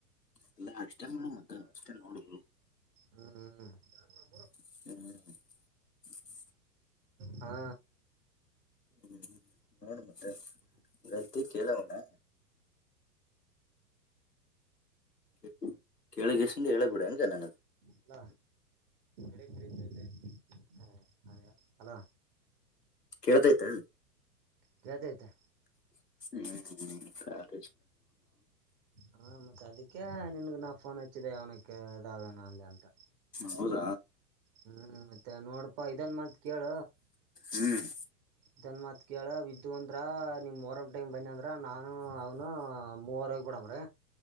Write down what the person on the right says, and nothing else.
ಹ್ಮ್ ಹ್ಮ್.
ಹಾ.
ಅಲ್ಲ. ಕೆಳಗೆ ಇಳಿತೈತೆ. ಹಾ ಹಾಗ ಹಲೋ
ಕೆಳತೈತೆ
ಹಾ ಮತ್ತೆ ಅದಕ್ಕೆ ನಿನ್ಗೆ ನಾ ಫೋನ್ ಹಚ್ಚಿದ್ದೆ ಅವನಕ್ಕೆ- ಇದಾನ ಅಲ್ಲಿ ಅಂತ
ಹ್ಮ್ ಮತ್ತೆ ನೋಡಪಾ ಇದನ್ ಮತ್ ಕೇಳ.
ಇದನ್ ಮಾತ್ ಕೇಳ ಬಿದ್ದು ಅಂದ್ರ ನಿಮ್ ಮೂವರಂ ಟೈಮ್ ಬಂದ ಅಂದ್ರ ನಾನು ಅವನು ಮೂವರ ಹೋಗಬಡವ್ರ